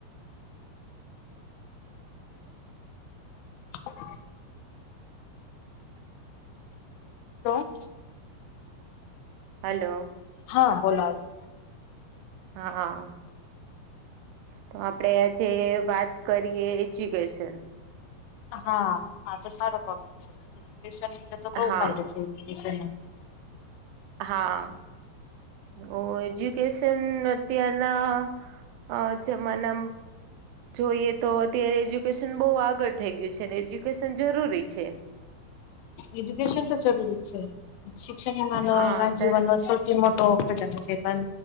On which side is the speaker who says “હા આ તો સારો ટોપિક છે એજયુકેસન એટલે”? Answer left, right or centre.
Left